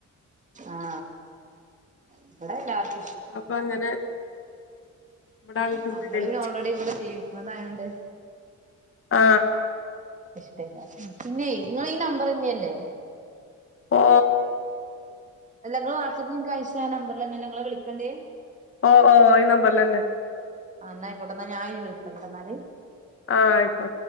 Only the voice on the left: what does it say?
അപ്പൊ അങ്ങനെ ഇവിടാരും തിന്നലില്ല
ആ
ആ
ഓ ഓ ഈ നമ്പറിൽ തന്നെ
ആ ആയിക്കോ